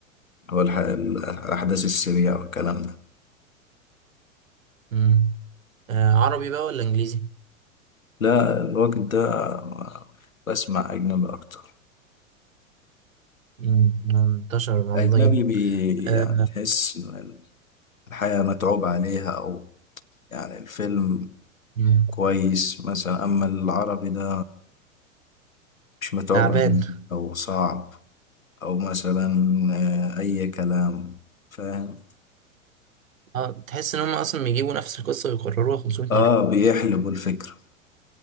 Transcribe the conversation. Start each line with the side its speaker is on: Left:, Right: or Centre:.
Left: والح... الأحداث السريعة والكلام ده
Right: مم. آه عربي بقى ولا انجليزي
Left: لا الوقت ده ما- بسمع أجنبي أكتر
Right: مم، منتشر الموضوع
Left: الأجنبي
Right: ده جدا
Left: بي...
Right: آه
Left: يعني تحس إن الحياة متعوب عليها أو يعني الفيلم
Right: مم،
Left: كويس مثلا أما العربي ده مش متعوب
Right: تعبان
Left: عليه أو صعب أو مثلا آه، أي كلام فاهم
Right: اه تحس ان هم اصلا بيجيبوا نفس القصه ويكرروها 500
Left: آه
Right: مره
Left: بيحلبوا الفكرة